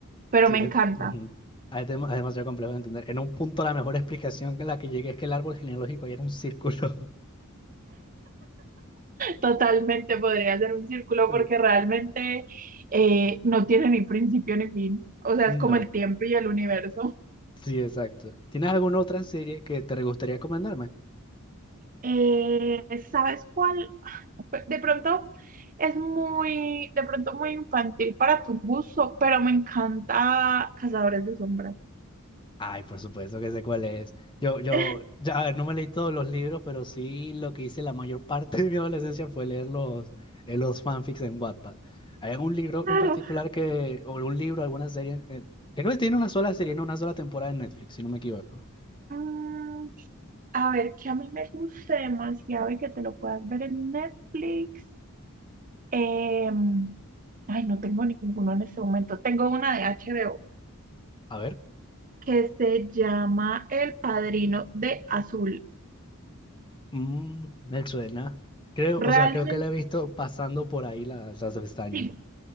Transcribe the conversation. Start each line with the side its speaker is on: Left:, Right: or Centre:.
Right: pero
Left: Sí,
Right: me encanta.
Left: es, ujú. Ah, es dem- es demasiado complejo de entender. En un punto la mejor explicación que la que llegué es que el árbol genealógico ya era un círculo.
Right: Totalmente podría hacer un círculo
Left: <laughs>
Right: porque
Left: Eh,
Right: realmente eh, no tiene ni principio ni fin. O sea,
Left: No,
Right: es como el tiempo y el universo.
Left: sí, exacto. ¿Tienes alguna otra serie que te gustaría recomendarme?
Right: Eh, ¿sabes cuál? de pronto es muy, de pronto muy infantil para tu gusto, pero me encanta Cazadores de Sombras.
Left: Ay, por supuesto que sé cuál es. Yo, yo,
Right: <laughs>
Left: ya, a ver, no me leí todos los libros, pero sí lo que hice la mayor parte de mi adolescencia fue leer los, eh, los fanfics en Wattpad. ¿Hay algún libro
Right: Claro.
Left: en particular que, o algún libro, alguna serie? Eh, creo que no tiene una sola serie, no una sola temporada en Netflix, si no me equivoco.
Right: Mm, a ver, que a mí me guste demasiado y que te lo puedas ver en Netflix. Em, ay, no tengo ninguno en este momento. Tengo una de HBO
Left: A ver,
Right: que se llama El Padrino de Azul.
Left: mm, me suena. Creo, o
Right: Realmente,
Left: sea, creo que la he visto pasando por ahí las, las pestañas.
Right: sí,